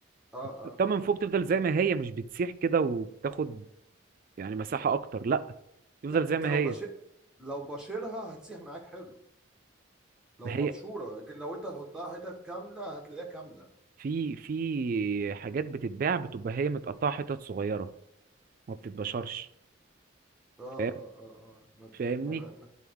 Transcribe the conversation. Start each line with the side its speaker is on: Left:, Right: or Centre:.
Centre: اه
Right: بتحطها
Centre: آه.
Right: من فوق بتفضل زي ما هي مش بتسيح كده وبتاخد يعني مساحه اكتر لا تفضل
Centre: لا
Right: زي
Centre: انت
Right: ما
Centre: لو
Right: هي
Centre: بشر لو بشرها هتسيح معاك حلو لو
Right: ما
Centre: مبشوره
Right: هي
Centre: لكن لو انت هتحطها حتت كامله هتلاقيها كامله اه
Right: في في حاجات بتتباع بتبقى هي متقطعة حتت صغيرة ما بتتبشرش
Centre: اه
Right: فاهم
Centre: اه اه اه، ما ب-
Right: فاهمني
Centre: ما لها- ما-